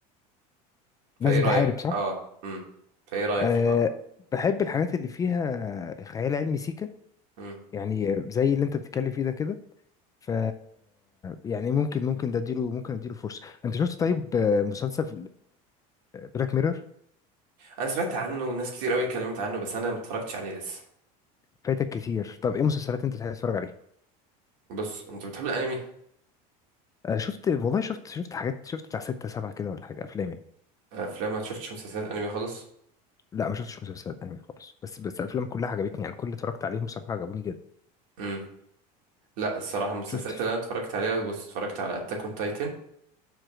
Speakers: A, on the right; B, on the left.
A: فايه
B: لازم
A: رأيك
B: تحارب صح
A: اه امم فايه رأيك
B: أه
A: في الحوار
B: بحب الحاجات اللي فيها خيال علمي سيكا
A: امم
B: يعني زي اللي انت بتتكلم فيه ده كده ف يعني ممكن ممكن ده اديله ممكن اديله فرصه انت شفت طيب آه، مسلسل بلاك ميرور
A: انا سمعت عنه والناس كتير قوي اتكلمت عنه بس انا ما اتفرجتش عليه لسه
B: فايتك كتير طب ايه مسلسلات انت تحب تتفرج عليها
A: بص انت بتحب الانمي
B: أه شفت والله شفت شفت حاجات شفت بتاع ستة سبعة كده ولا حاجه افلام يعني
A: آه، افلام ما شفتش مسلسلات انمي خالص
B: لا ما شفتش مسلسلات انمي خالص بس بس الافلام كلها عجبتني يعني كل اللي اتفرجت عليهم بصراحه عجبوني جدا
A: امم. لا الصراحة المسلسلات
B: شفت ف-
A: اللي أنا اتفرجت عليها بص اتفرجت على أتاك أون تايتن